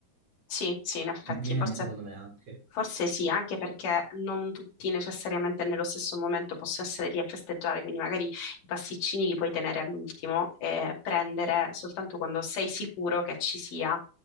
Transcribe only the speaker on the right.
Conviene
secondo me anche.